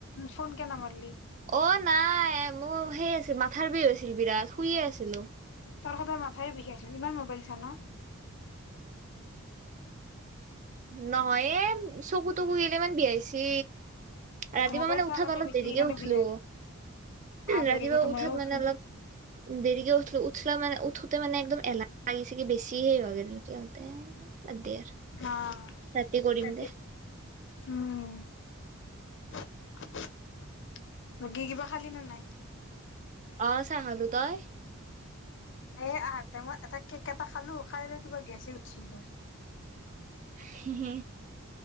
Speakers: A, on the left; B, on the right.
A: ফোন কিয় নামাৰলি?
B: অ' নাই, মোৰ সেই ছিল মাথাৰ বিষ হৈছিল বিৰাট, শুয়ে আছিলোঁ।
A: তৰ সদায় মাথাই বিষাইছোন, ইমান মোবাইল <unintelligible>
B: নহয় এ, চকু তকু গিলে মান বিয়াইছি। ৰাতিপুৱা
A: মোবাইল
B: মানে
A: চাৰ
B: উঠাত
A: কাৰণে
B: অলপ
A: বেছি
B: দেৰিকে
A: সেইকাৰণে
B: উঠলো,
A: বিষাই আহ
B: ৰাতিপুৱা
A: দেৰিকতো
B: উঠাত
A: মইও উঠো
B: মানে অলপ দেৰিকে উঠলো উঠ তা মানে উঠোতে মানে একদম এলা লাগিছে কি বেছি <unintelligible> বাদ দে আৰ
A: অ',
B: ৰাতি কৰিম দে
A: উম। <unintelligible> কিবা খালি নে নাই?
B: অ চা খালো, তই?
A: এ আহাৰ টাইমত এটা কেক এটা খালো, খাই লৈ কিবা গেছে উঠছিল মৰ।
B: হু হু,